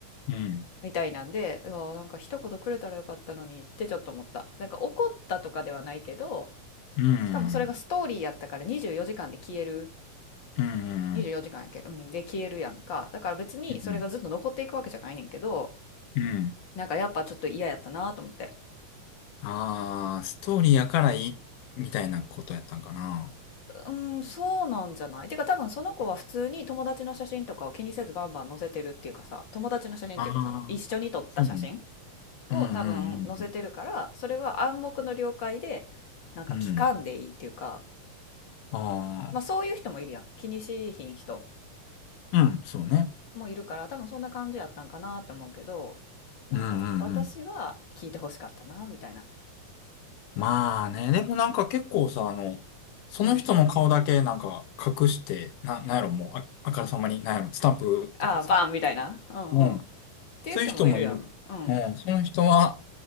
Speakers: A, on the left; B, on the left.
A: うん、うん、
B: みたいなんで、うわ、なんか一言くれたらよかったのにってちょっと思った。なんか怒ったとかではないけど、
A: うん。うん
B: しかもそれがストーリーやったから24時間で消える。
A: うん、うん、
B: 24時間やっけ、うん、で消えるやんか。だから別にそれがずっと残っていくわけじゃないねんけど、
A: うん。うんうん。
B: なんかやっぱちょっと嫌やったなと思って。
A: ああ、ストーリーやからいい、みたいなことやったんかな。
B: うん、そうなんじゃないてか多分その子は普通に友達の写真とかを気にせずバンバン載せてるっていうかさ、友達の写真っていうかその一緒に撮った写真
A: ああ、そうね。
B: を多分載せてるから、
A: うん、うん、
B: それは暗黙の了解で、なんか聞かんでいいっていうか、
A: うん。うん。あ
B: まあそういう人もいるやん。気にしいひん人
A: あ、うん、そうね。
B: もいるから、多分そんな感じやったんかなって思うけど、なんか私は聞いてほしかったな、
A: うん、うん、うん。
B: みたいな。
A: まあね、でもなんか結構さ、あの、その人の顔だけなんか隠して、
B: うん。
A: な、なんやろ、もう、あ、あからさまに、なんやろ、スタンプとかさ。
B: ああ、バンみたいな。うんうん。
A: うん。
B: っていう人もいるやん。
A: そういう人もいる。
B: うん。
A: うん、その人は、